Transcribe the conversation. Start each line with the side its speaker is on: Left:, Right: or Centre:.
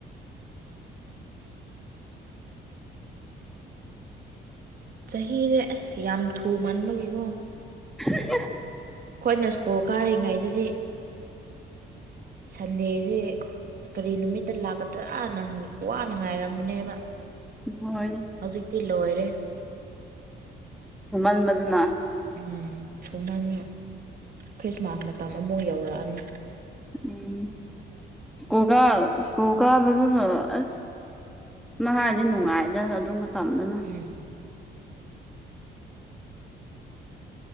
Right: ꯆꯍꯤꯁꯦ ꯑꯁ ꯌꯥꯝ ꯊꯨ ꯃꯟꯥꯟꯕꯒꯤꯀꯣ
Centre: ꯍꯥꯍꯥ
Right: ꯑꯩꯈꯣꯏꯅ ꯁ꯭ꯀꯨꯜ ꯀꯥꯔꯤꯉꯩꯗꯗꯤ ꯁꯟꯗꯦꯁꯤ ꯀꯔꯤ ꯅꯨꯃꯤꯠꯇ ꯂꯥꯛꯀꯗ꯭ꯔꯥ ꯅꯪ ꯋꯥꯅ ꯉꯥꯏꯔꯝꯕꯅꯦꯕ
Centre: ꯍꯣꯏꯅꯦ
Right: ꯍꯧꯖꯤꯛꯇꯤ ꯂꯣꯏꯔꯦ
Centre: ꯃꯃꯟ ꯃꯗꯨꯅ
Right: ꯎꯝ ꯁꯨꯃꯟ ꯈ꯭ꯔꯤꯁꯃꯥꯁ ꯃꯇꯝ ꯑꯃꯐꯛ ꯌꯧꯔꯛꯑꯅꯤ
Centre: ꯎꯝ ꯁꯀꯨꯀꯥ ꯁꯀꯨꯀꯥꯗꯨꯅ ꯑ ꯃꯥ ꯍꯥꯏꯗꯤ ꯅꯨꯡꯉꯥꯏꯗ ꯑꯗꯨꯒ ꯇꯝꯗꯨꯅ
Right: ꯎꯝ